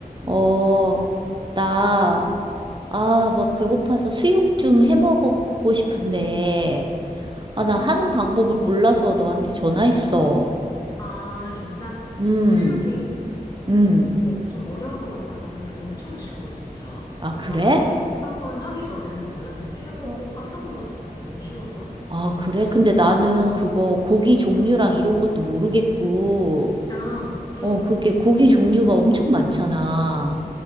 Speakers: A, on the right (about 30°); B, on the left (about 25°).
A: 어, 나, 아, 막 배고파서 수육 좀 해 먹고 싶은데, 아, 나
B: 음,
A: 하는 방법을 몰라서 너한테 전화했어.
B: 아, 진짜?
A: 음,
B: 수육이
A: 음.
B: 뭐 좀 어려울 것 같잖아. 근데 엄청 쉬워, 진짜.
A: 아,
B: 나도
A: 그래?
B: 한 번 하기 전에는 몰랐는데 해보고
A: 어.
B: 깜짝 놀랐다니까 너무 쉬워서.
A: 아, 그래?
B: <laughs>
A: 근데 나는
B: 어,
A: 그거 고기 종류랑
B: 음,
A: 이런 것도 모르겠고,
B: 아, 음.
A: 어, 그게 고기 종류가 엄청 많잖아.